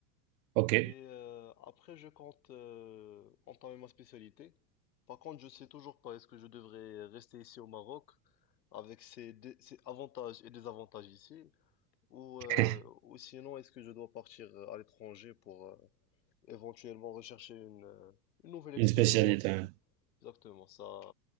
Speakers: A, on the right; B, on the left.
A: Ok,
B: Et euh, après, je compte euh, entamer ma spécialité. Par contre, je sais toujours pas est-ce que je devrais rester ici au Maroc avec ses, dé- ses avantages et désavantages ici, ou, euh,
A: <laughs>
B: ou sinon est-ce que je dois partir euh, à l'étranger pour, euh, éventuellement rechercher une, euh, une nouvelle expérience.
A: une spécialité.
B: de- Exactement ça.